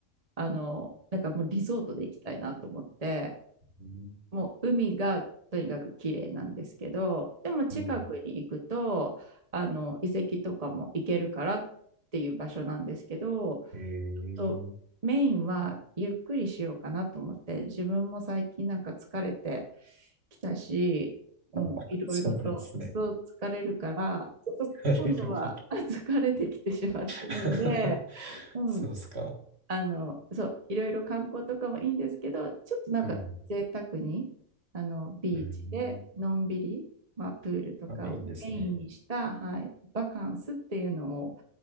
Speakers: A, on the right; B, on the right.
A: あの、なんかもうリゾートで行きたいなと思って、
B: ん
A: もう海がとにかく綺麗なんですけど、でも近くに行くと、
B: うん。
A: あの遺跡とかも行けるからっていう場所なんですけど、
B: へえ。
A: とメインはゆっくりしようかなと思って自分も最近なんか疲れてきたしもういろいろとそう疲れるからちょっと今度は
B: あ、<laughs> そうなんですね。疲れるから
A: <laughs> あ疲れてきてしまっているので、
B: <laughs>
A: うん、
B: そうっすか。
A: あのそういろいろ観光とかもいいんですけどちょっとなんか贅沢にあのビーチでのんびり、
B: うん。うん。
A: まあ、プールとかをメインにした、
B: あ、いいですね。
A: はい、バカンスっていうのを